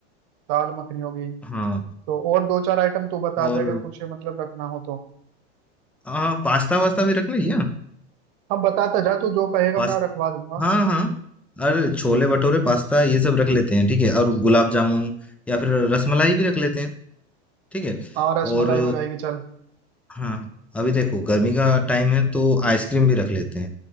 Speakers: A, on the right; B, in the centre.
A: दाल मखनी होगी
B: हाँ
A: तो और दो चार आइटम तू बता
B: और
A: दे अगर कुछ मतलब रखना हो तो
B: हाँ पास्ता वास्ता भी रख लें क्या
A: हाँ बताता जा तू जो कहेगा
B: पास्ता
A: मैं रखवा दूंगा
B: हाँ हाँ अरे छोले भटूरे पास्ता ये सब रख लेते हैं ठीक है और गुलाब जामुन या फिर रसमलाई भी रख लेते हैं ठीक है
A: हाँ रसमलाई
B: और
A: हो जाएगी चल
B: हाँ अभी देखो गर्मी का टाइम है तो आइसक्रीम भी रख लेते हैं